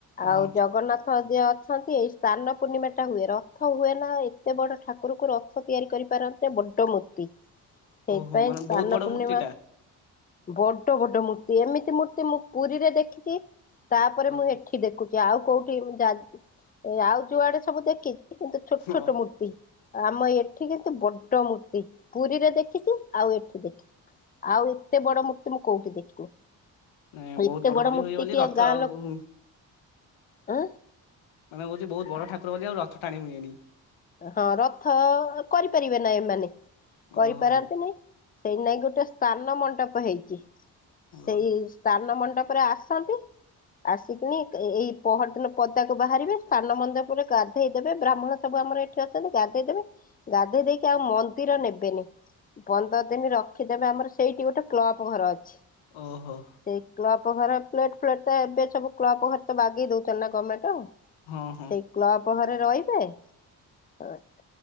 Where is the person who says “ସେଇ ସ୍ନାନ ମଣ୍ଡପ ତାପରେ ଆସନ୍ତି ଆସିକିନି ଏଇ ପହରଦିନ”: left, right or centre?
Left